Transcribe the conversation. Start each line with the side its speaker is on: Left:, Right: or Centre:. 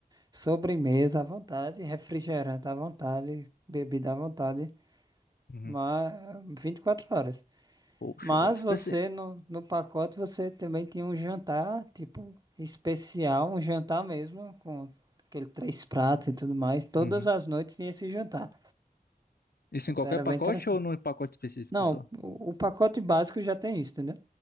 Right: sobremesa à vontade, refrigerante à vontade, bebida à vontade,
Left: Uhum.
Right: mas 24 horas.
Left: poxa,
Right: Mas
Left: velho.
Right: você,
Left: Assim,
Right: no, no pacote, você também tinha um jantar, tipo, especial, um jantar mesmo, com aquele três pratos e tudo mais. Todas
Left: uhum.
Right: as noites tinha esse jantar.
Left: Isso
Right: Então
Left: em qualquer
Right: era
Left: pacote
Right: bem interessante.
Left: ou num pacote específico
Right: Não,
Left: só?
Right: o, o pacote básico já tem isso, entendeu?